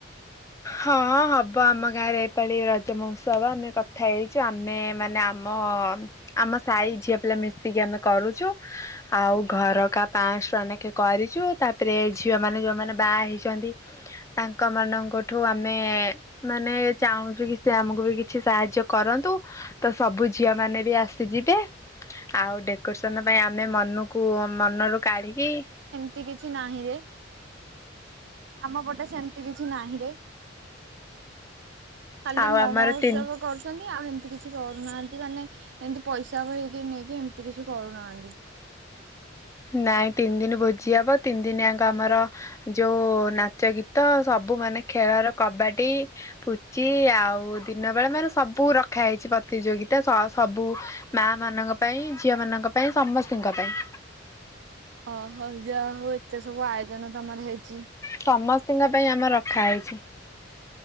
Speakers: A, on the left; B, on the right.
A: ହଁ ହବ ଆମ ଗାଁରେ ଏଇପାଳି ରଜ ମହୋତ୍ସବ ଆମେ କ। କଥା ହେଇଚୁ ଆମେ ମାନେ ଆମ ଆମ ସାହି ଝିଅ ପିଲା ମିଶିକି ଆମେ କରୁଚୁ। ଆଉ ଘରକା ପାଁଶ ଟଙ୍କା ନେଖେଁ କରିଚୁ। ତାପରେ ଝିଅ ମାନେ ଯୋଉମାନେ ବାହା ହେଇଚନ୍ତି ତାଙ୍କ ମାନଙ୍କଠୁ ଆମେ ମାନେ। ଚାହୁଁଚୁ କି ସେ ଆମକୁ ବି କିଛି ସାହାଯ୍ୟ କରନ୍ତୁ। ତ ସବୁ ଝିଅ ମାନେ ବି ଆସିଯିବେ ଆଉ ଡେକରସନ୍ ପାଇଁ ଆମେ ମନକୁ ମନରୁ କାଢ଼ିକି
B: ମିତି କିଛି ନାହିଁ ରେ ଆମ ପଟେ ସେମିତି କିଛି ନାହିଁ ରେ। ଖାଲି
A: ଆଉ
B: ମହୋଉତ୍ସବ
A: ଆମର ତିନି
B: କରୁ ଛନ୍ତି ଆଉ ହେମିତି କିଛି କରୁନାହାନ୍ତି ମାନେ ଏମିତି ପଇସାକୁ ହେଇକି ନେଇକି ଏମିତି କିଛି କରୁନାହାନ୍ତି।
A: ନାଇଁ ତିନି ଦିନ ଭୋଜି ହବ ତିନି ଦିନ ଆଙ୍କ ଆମର ଯୋଉ ନା ନାଚ ଗୀତ ସବୁ ମାନେ ଖେଳର କବାଡ଼ି, ପୁଚି ଆଉ ଦିନ ବେଳେ ମାନେ ସବୁ ରଖା ହେଇଛି ପ୍ରତିଯୋଗିତା ସ ସବୁ। ମାଆ ମାନଙ୍କ ପାଇଁ ଝିଅ ମାନଙ୍କ ପାଇଁ ସମସ୍ତୀଙ୍କ ପାଇଁ।
B: ଓହୋ ଯାହା ହୋଉ ଏତେ ସବୁ ଆୟୋଜନ ତମର ହେଇଛି।
A: ସମସ୍ତିଙ୍କ ପାଇଁ ଆମର ରଖାହେଇଛି।